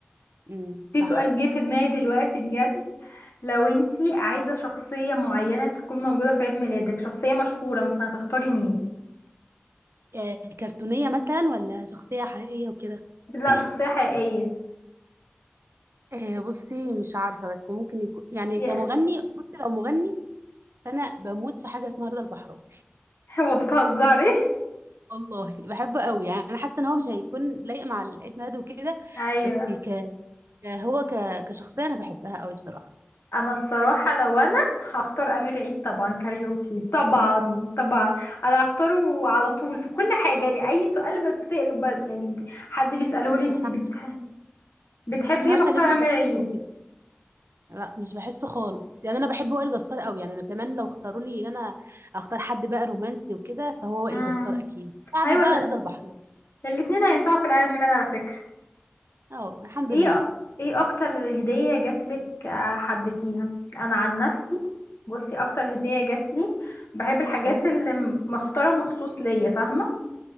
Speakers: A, on the right (about 80°); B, on the left (about 75°).
A: مم، صح
B: في سؤال جه في دماغي دلوقتي بجد لو انتي عايزة شخصية معينة تكون موجودة في عيد ميلادك شخصية مشهورة مثلا هتختاري مين
A: آه، كرتونيه مثلا ولا شخصيه حقيقيه وكده
B: لا
A: <clears throat>
B: شخصية حقيقية
A: آه، بصي مش عارفه بس ممكن يكون يعني
B: يا
A: كمغني بصي لو مغني فانا بموت في حاجه اسمها رضا البحراوي
B: <laughs> هو بتهزري
A: والله بحبه قوي يعني انا حاسه ان هو مش هيكون لايق مع العيد ميلاد وكده
B: ايوه
A: بس ك... ك- هو ك... كشخصيه انا بحبها قوي بصراحه
B: انا الصراحة لو انا هختار امير عيد طبعا كاريوكي طبعا طبعا انا هختاره على طول في كل حاجة يعني اي سؤال بتسأله ب... يعني ب- حد بيسأله لي
A: مش
B: انتي
A: عارفه
B: بت... بتحبي
A: مش عارفه
B: ايه بختار
A: ليه مش
B: امير
A: بحسه
B: عيد
A: كده لا مش بحسه خالص يعني انا بحب وائل جسار قوي يعني انا كمان لو اختاروني ان انا اختار حد بقى رومانسي وكده فهو وائل
B: امم
A: جسار اكيد شعبي
B: ايوه
A: بقى
B: ده
A: رضا البحراوي
B: الاتنين هينفعوا في العيد ميلاد على فكرة
A: اه الحمد
B: ايه
A: لله
B: ايه اكتر هدية جاتلك آه، حبيتيها انا عن نفسي بصي اكتر هدية جاتلي بحب الحاجات
A: امم
B: اللي م- مختارة مخصوص ليا فاهمة